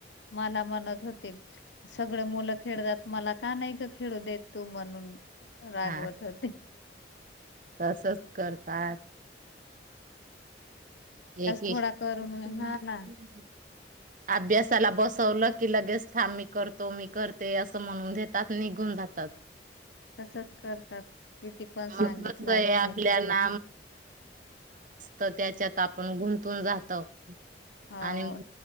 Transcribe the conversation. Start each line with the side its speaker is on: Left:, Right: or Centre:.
Left: मला म्हणत होती सगळी मुलं खेळतात मला का नाही का खेळू देत तू म्हणून रागवत
Right: हा
Left: होती.
Right: तसच करतात एक क
Left: थोडा करून हा ना
Right: अभ्यासाला बसवलं की लगेच थांब मी करतो मी करते असं म्हणून देतात निघून जातात.
Left: तसंच करतात किती पण सांगितलं
Right: मग कसं
Left: आणि
Right: आहे आपल्याला
Left: काय <inaudible>
Right: तर त्याच्यात आप् पण गुंतून जातो
Left: हो
Right: आणि